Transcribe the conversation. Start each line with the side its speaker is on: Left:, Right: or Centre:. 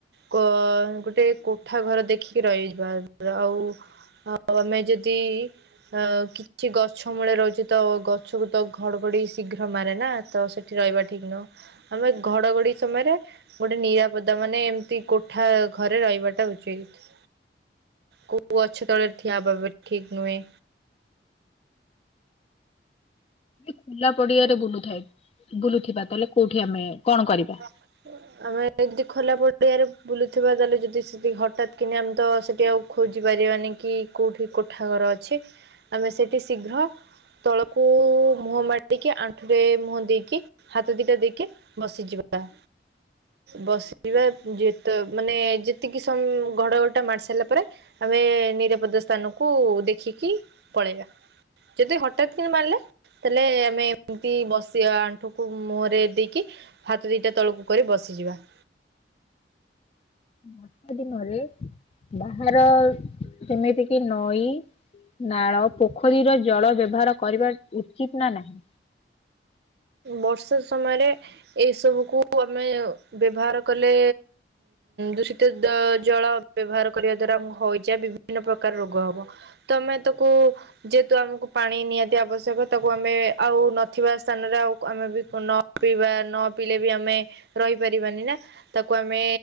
Right: କ ଗୋଟେ କୋଠା ଘର ଦେଖିକି ରହିଯିବ ଆଉ ଆଉ ଆମେ ଯଦି ଅ କିଛି ଗଛ ମୂଳେ ରହୁଛ ତ ଗଛକୁ ତ ଘଡଘଡି ଶୀଘ୍ର ମାରେ ନା ତ ସେଠି ରହିବା ଠିକ୍ ନୁହଁ। ଆମେ ଘଡ଼ଘଡ଼ି ସମୟରେ ଗୋଟେ ନିରାପଦା ମାନେ ଏମିତି କୋଠା ଘରେ ରହିବାଟା ଉଚିତ୍। କୋଉ ଅଛ ତଳେ ଠିଆ ଭବେ ଠିକ୍ ନୁହେଁ।
Left: ଖୋଲା ପଡିଆରେ ବୁଲୁଥାଏ ବୁଲୁଥିବା ତାହେଲେ କୋଉଠି ଆମେ କଣ କରିବା?
Right: ହ। ଆମେ ଯଦି ଖୋଲା ପଡିଆରେ ବୁଲୁଥିବା ତାହେଲେ ଯଦି ସେଠକି ହଟାତ୍ କିନି ଆମେ ତ ସେଠି ଆଉ ଖୋଜି ପାରିବାନି କି କୋଉଠି କୋଠା ଘର ଅଛି ଆମେ ସେଇଠି ଶୀଘ୍ର ତଳକୁ ମୁହଁ ମାରକି ଆଣ୍ଠୁରେ ମୁହଁ ଦେଇକି ହାତ ଦିଟା ଦେଇକି ବସିଯିବା। ବସିବା ଯେତ ମାନେ ଯେତିକି ସମ ଘଡଘଡ ଟା ମାର ସାରିଲା ପରେ ଆମେ ନିରାପଦ ସ୍ଥାନକୁ ଦେଖିକି ପଳେଇବା। ଯଦି ହଠାତ୍ କି ମାରିଲା? ତାଲେ ଆମେ ଏମିତି ବସିବା ଆଣ୍ଠୁକୁ ମୁହରେ ଦେଇକି ହାତ ଦୁଇଟା ତଳକୁ କରି ବସିଯିବା।
Left: ବର୍ଷା ଦିନରେ ବାହାର ଯେମିତି କି ନଈ ନାଳ ପୋଖରୀର ଜଳ ବ୍ୟବହାର କରିବା ଉଚିତ ନା ନାହିଁ?
Right: ବର୍ଷା ସମୟରେ ଏଇ ସବୁକୁୁ ଆମେ ବ୍ୟବହାର କଲେ ଦୂଷିତ ଜଳ ବ୍ୟବହାର କରିବା ଦ୍ଵାରା ଆମ ହଇଜା ବିଭିନ୍ନ ପ୍ରକାର ରୋଗ ହବ। ତ ଆମେ ତାକୁ ଯେହେତୁ ଆମକୁ ପାଣି ନିହାତି ଆବଶ୍ୟକ ତାକୁ ଆମେ ଆଉ ନଥିବା ସ୍ଥାନ ଆଉ ଆମେ ବି ନ ପିଇବା ନ ପିଇଲେ ବି ଆମେ ରହିପାରିବାନି ନା। ତାକୁ ଆମେ